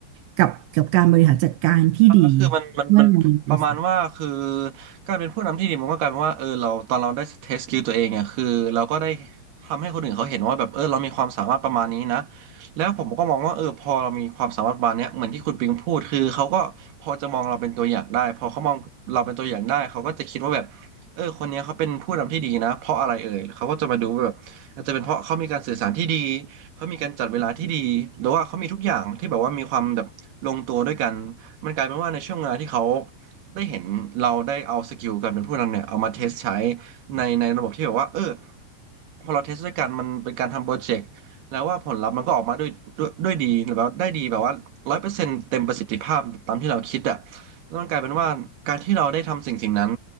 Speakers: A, on the right; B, on the right.
A: กับกับการบริหารจัดการที่ดี
B: ก็คือมันมันมันประมาณว่าคือ
A: เมื่อเรามีบริษัท
B: การเป็นผู้นำที่ดีมันก็กลายเป็นว่าเออเราตอนเราได้เทสสกิลตัวเองอ่ะคือเราก็ได้ทำให้คนอื่นเขาเห็นว่าแบบเออเรามีความสามารถประมาณนี้นะแล้วผมก็มองว่าเออพอเรามีความสามารถประมาณเนี้ยเหมือนที่คุณปิงพูดคือเขาก็พอจะมองเราเป็นตัวอย่างได้พอเขามองเราเป็นตัวอย่างได้เขาก็จะคิดว่าแบบเออคนเนี้ยเขาเป็นผู้นำที่ดีนะเพราะอะไรเอ่ยเขาก็จะมาดูว่าแบบอาจจะเป็นเพราะเขามีการสื่อสารที่ดีเขามีการจัดเวลาที่ดีหรือว่าเขามีทุกอย่างที่แบบว่ามีความแบบลงตัวด้วยกัน มันกลายเป็นว่าในช่วงเวลาที่เขาได้เห็นเราได้เอาสกิลการเป็นผู้นำเนี่ยเอามาเทสใช้ในในระบบที่แบบว่าเออพอเราเทสด้วยกันมันเป็นการทำโปรเจกต์แล้วว่าผลลัพธ์มันก็ออกมาด้วยด้วยด้วยดีหรือว่าได้ดีแบบว่าร้อยเปอร์เซ็นต์เต็มประสิทธิภาพตามที่เราคิดอะแล้วมันกลายเป็นว่าการที่เราได้ทำสิ่งสิ่งนั้น